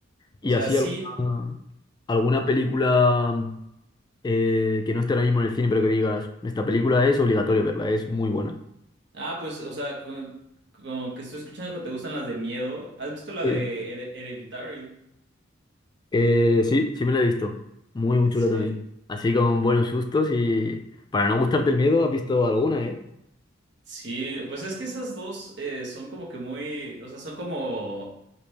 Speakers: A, on the right (about 65°); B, on the left (about 20°).
A: o
B: Y
A: sea,
B: así
A: sí,
B: alguna, alguna película eh, que no esté ahora mismo en el cine, pero que digas, esta película es obligatorio verla, es muy buena.
A: ah, pues, o sea, con, con que estoy escuchando que te gustan las de miedo. ¿Has visto la
B: Sí.
A: de Here- Hereditary?
B: Eh, sí, sí me la he visto. Muy, muy
A: Sí.
B: chula también. Así con buenos sustos y para no gustarte el miedo, has visto alguna, ¿eh?
A: Sí, pues es que esas dos eh, son como que muy, o sea, son como